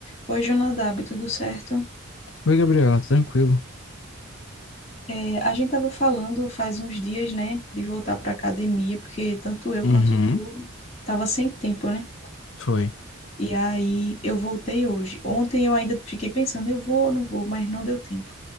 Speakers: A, on the left; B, on the left.
A: Oi, Jonadab, tudo certo?
B: Oi, Gabriela, tranquilo?
A: É, a gente estava falando faz uns dias, né, de voltar para academia, porque tanto eu
B: Uhum,
A: quanto tu tava sem tempo, né?
B: foi.
A: E aí eu voltei hoje. Ontem eu ainda fiquei pensando, eu vou ou não vou, mas não deu tempo.